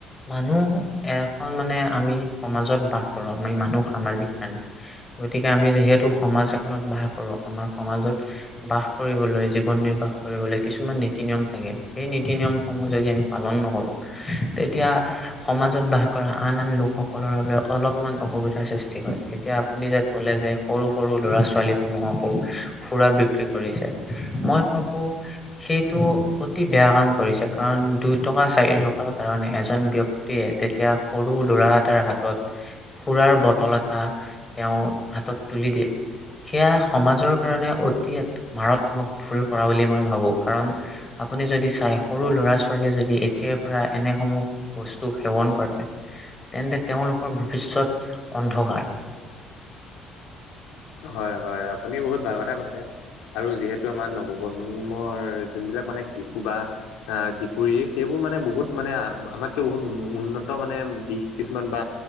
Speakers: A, on the left; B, on the left.
A: মানুহ এখন মানে আমি সমাজত বাস কৰো আমি মানুহ সামাজিক প্ৰাণী গতিকে আমি যিহেতু সমাজ এখনত বাস কৰোঁ আমাৰ সমাজত বাস কৰিবলৈ জীৱন নিৰ্বাহ কৰিবলৈ কিছুমান নীতি নিয়ম থাকে সেই নীতি নিয়মসমূহ যদি আমি পালন নকৰোঁ তেতিয়া সমাজত বাস কৰা আন আন লোকসকলৰ বাবে অলপমান অসুবিধাৰ সৃষ্টি হয় এতিয়া আপুনি যে ক'লে যে সৰু সৰু ল'ৰা ছোৱালী সমূহকো সুৰা বি বিক্ৰী কৰিছে মই ভাবো সেইটো অতি বেয়া কাম কৰিছে কাৰণ দুই টকা চাৰি টকাৰ কাৰণে এজন ব্য়ক্তি তিয়ে যেতিয়া সৰু ল'ৰা এটাৰ হাতত সুৰাৰ বটল এটা তেওঁ হাতত তুলি দিয়ে সেয়া সমাজৰ কাৰণে অতি মাৰাত্মক ভুল কৰা বুলি মই ভাবো কাৰণ আপুনি যদি চাই সৰু ল'ৰা ছোৱালীয়ে যদি এতিয়াৰ পৰা এনেসমূহ বস্তু সেৱন কৰে তেন্তে তেওঁলোকৰ ভৱিষ্যত অন্ধকাৰ
B: হয় হয় আপুনি বহুত ভাল কথা কৈছে আৰু যিহেতু আমাৰ নৱপ্ৰজন্মৰ যোনবিলাক মানে শিশু বা আহ কিশোৰী সেইবোৰ মানে বহুত মানে আমাতকে বহুত উন্নত মানে দিশ কিছুমান বা